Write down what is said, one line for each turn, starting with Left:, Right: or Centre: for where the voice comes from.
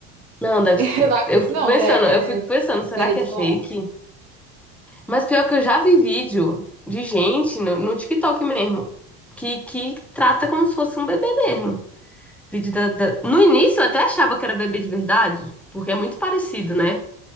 Centre: não, deve
Right: <laughs>
Centre: ser-
Right: Eu não acredito
Centre: Eu fico
Right: não,
Centre: pensando,
Right: que é, que
Centre: eu
Right: é
Centre: fico pensando, será
Right: verídico
Centre: que é fake?
Right: não.
Centre: Mas pior que eu já vi vídeo de gente no, no TikTok mesmo, que, que trata como se fosse um bebê mesmo. Vídeo da, da- No início eu até achava que era bebê de verdade, porque é muito parecido, né?